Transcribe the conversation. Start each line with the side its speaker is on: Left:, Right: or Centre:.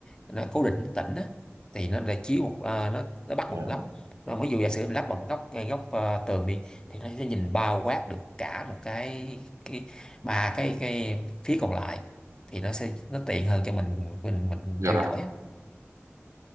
Left: nó cố định nó tĩnh á thì nó để chiếu một à, nó nó bắt
Right: Dạ.
Left: một góc nó ví dụ giả sử mình lắp một góc ngay góc à, tường đi thì nó sẽ nhìn bao quát được cả một cái cái ba cái cái phía còn lại thì nó sẽ nó tiện hơn cho mình mình mình
Right: Dạ
Left: theo
Right: rồi.
Left: dõi á